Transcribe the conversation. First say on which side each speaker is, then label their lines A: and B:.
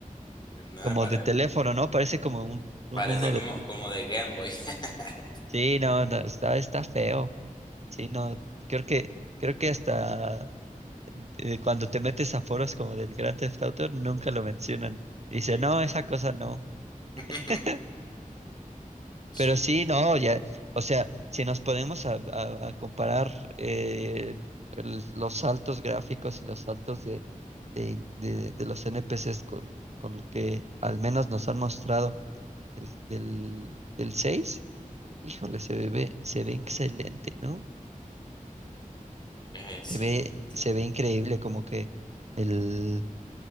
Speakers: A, on the left (about 30°); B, on the right (about 50°).
A: No
B: como
A: me parece.
B: de teléfono, ¿no? Parece como un, uno
A: parece como,
B: de teléfono.
A: como de Game Boy. <laughs>
B: Sí, no, no, está, está feo. Sí, no, creo que, creo que hasta eh, cuando te metes a foros como del Grand Theft Auto, nunca lo mencionan. Dice,
A: Sí.
B: no, esa cosa no. <laughs>
A: <laughs> Sí,
B: Pero sí, no, ya, o sea, si nos podemos a, a- a comparar eh, el- los saltos gráficos y los saltos de, de, de- de los NPCs con, con lo que al menos nos han mostrado del, del, del seis híjole, se ve, se ve excelente, ¿no?
A: eh, sí,
B: Se ve,
A: sí, sí.
B: se ve increíble como que el